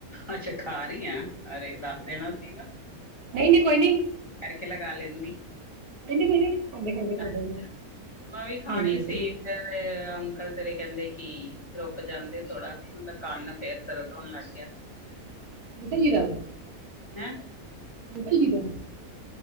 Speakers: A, on the left; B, on the right.
A: ਅੱਛਾ ਖਾ ਰਹੀ ਆਂ ਅਰੇ ਦੱਸ ਦੇਣਾ ਸੀ ਨਾ।
B: ਨਹੀਂ-ਨਹੀਂ ਕੋਈ ਨੀ।
A: ਠਹਿਰ ਕਰ ਕੇ ਲਗਾ ਰਹਿੰਦੀ।
B: ਕੋਈ ਨਹੀਂ ਕੋਈ ਨਹੀਂ ਖਾਂਦੇ ਖਾਂਦੇ ਕਰ
A: ਅੱਛਾ
B: ਦਾਂਗੇ
A: ਮੈਂ ਵੀ ਖਾਣੀ
B: ਹਾਂਜੀ
A: ਸੀ। ਫਿਰ ਅੰਕਲ ਤੇਰੇ ਕਹਿੰਦੇ ਕੀ ਰੁਕ ਜਾਂਦੇ ਥੋੜਾ ਉਨਦਾ ਕੰਨ ਫਿਰ ਦਰਦ ਹੋਣ ਲੱਗ ਗਿਆ।
B: ਅੰਕਲ ਜੀ ਦਾ
A: ਹੈਂ
B: ਅੰਕਲ ਜੀ ਦਾ।